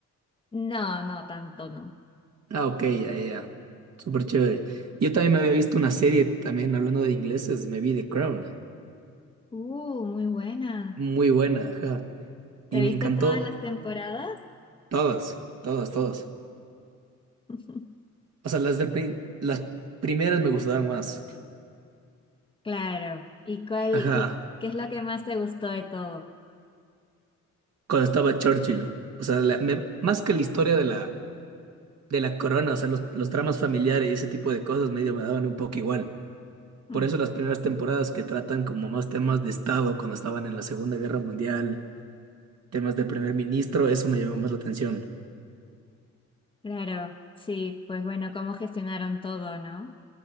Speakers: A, on the left (about 15°); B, on the right (about 55°).
A: No, no, tanto no.
B: Ah, ok, ya, ya, ya. Súper chévere. Yo también me había visto una serie, también hablando de ingleses, me vi The Crown.
A: Uh, muy buena.
B: Muy buena, ajá.
A: ¿Te
B: Y
A: viste
B: me encantó
A: todas las temporadas?
B: todas, todas, todas.
A: <laughs>
B: O sea, las de pri- las primeras me gustaron más.
A: Claro. ¿Y cuál,
B: Ajá.
A: y qué es lo que más te gustó de todo?
B: cuando estaba Churchill. O sea, la- me- más que la historia de la, de la corona, o sea, los, los dramas familiares y ese tipo de cosas medio me daban un poco igual.
A: Hmm.
B: Por eso las primeras temporadas que tratan como más temas de Estado cuando estaban en la Segunda Guerra Mundial, temas de primer ministro, eso me llamó más la atención.
A: Claro, sí, pues bueno, cómo gestionaron todo, ¿no?